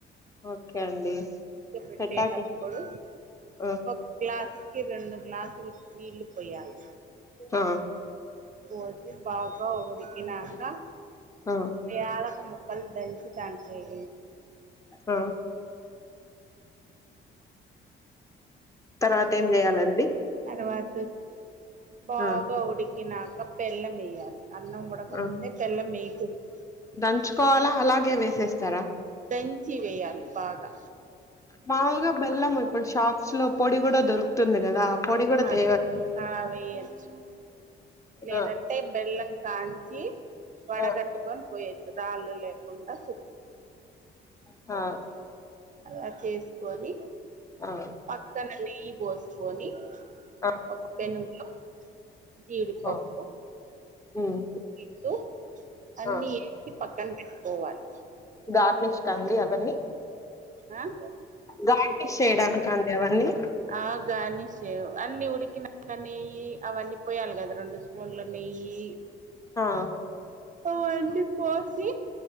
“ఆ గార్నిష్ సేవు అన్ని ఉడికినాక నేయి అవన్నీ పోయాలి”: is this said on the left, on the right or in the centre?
Right